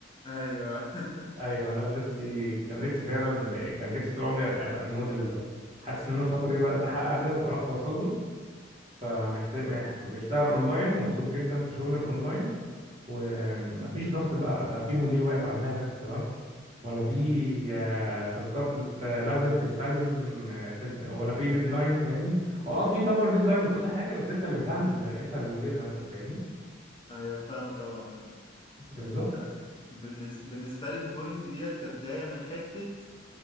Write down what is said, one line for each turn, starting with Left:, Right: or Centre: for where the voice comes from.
Left: ايوه <laughs>
Right: ايوه انا نفسي كان نفسي فعلا ب- كان نفسي طول عمري ابقى الموديل ده حاسس ان انا الفتره دي بدات احقق ده وقربت اوصل له فمحتاج مح... بشتغل اونلاين ومبسوط جدا في شغل الاونلاين ومفيش ضغط بقى لا في مدير واقف على دماغك تمام ولا في
Left: مم.
Right: آه، تاسكات لت- لازم تتسلم آه، في الد- ولا في ديدلاين فاهمني اه في طبعا ديدلاين وكل حاجه بس انت اللي بتهندل ده انت اللي مدير نفسك فاهمني
Left: ايوه فاهمك اوي عامة
Right: بالظبط
Left: يعني انا بالنز- بالنسبه لي البوينت ديت كانت جايه من حته